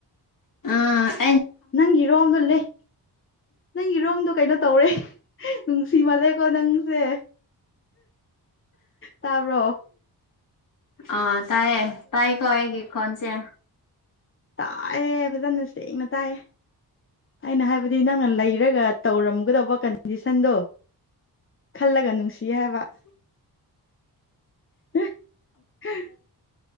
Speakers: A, on the left (about 55°); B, on the left (about 30°).
A: ꯑ
B: ꯅꯪꯒꯤꯔꯣꯝꯗꯣ ꯂꯩ ꯅꯪꯒꯤꯔꯣꯝꯗꯣ ꯀꯩꯅꯣ ꯇꯧꯔꯦ ꯅꯨꯡꯁꯤꯕꯂꯦꯀꯣ ꯅꯪꯁꯦ ꯇꯔꯣ
A: ꯑ ꯇꯥꯏꯌꯦ ꯇꯥꯏ ꯀꯑꯦꯒ ꯀꯣꯟꯁꯦ
B: ꯇꯥꯏꯑꯌꯦ ꯐꯖꯅ ꯁꯦꯡꯅ ꯇꯥꯏꯌꯦ ꯑꯩꯅ ꯍꯥꯏꯕꯗꯤ ꯅꯪꯅ ꯂꯩꯔꯒ ꯇꯧꯔꯝꯒꯗꯧꯕ ꯀꯟꯗꯤꯁꯟꯗꯣ ꯈꯜꯂꯒ ꯅꯨꯡꯁꯤ ꯍꯥꯏꯕ <unintelligible>